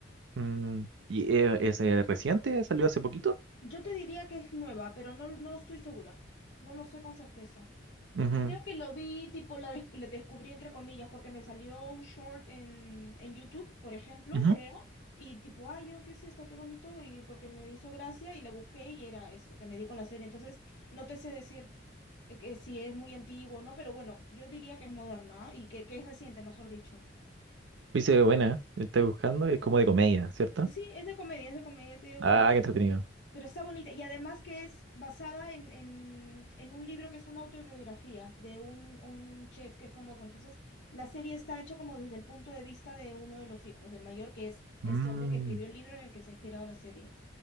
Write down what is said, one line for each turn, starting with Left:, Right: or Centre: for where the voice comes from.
Right: mm, ¿y eh, es eh, reciente? ¿Salió hace poquito?
Left: Yo te diría que es nueva, pero no, no estoy segura. No lo sé con certeza.
Right: Ujú,
Left: Creo que lo vi, tipo, la, des- la descubrí entre comillas, porque me salió un short en, en YouTube, por ejemplo,
Right: ujú.
Left: creo. Y tipo, ay, yo, ¿qué es esto? Qué bonito. Y porque me hizo gracia y la busqué y era eso, que me di con la serie. Entonces, no te sé decir eh, que si es muy antiguo o no, pero bueno, yo diría que es moderna y que, que es reciente, mejor dicho.
Right: Uy, se ve buena, ¿eh? estoy buscando, es como de comedia, ¿cierto?
Left: Sí, es de comedia, es de comedia, te digo
Right: Ah,
Left: que es ligera.
Right: qué entretenido.
Left: Pero está bonita. Y además que es basada en, en, en un libro que es una autobiografía de un, un chef que es famoso. Entonces, la serie está hecha como desde el punto de vista de uno de los hijos, del mayor, que es este
Right: Mm,
Left: hombre que escribió el libro en el que se ha inspirado la serie.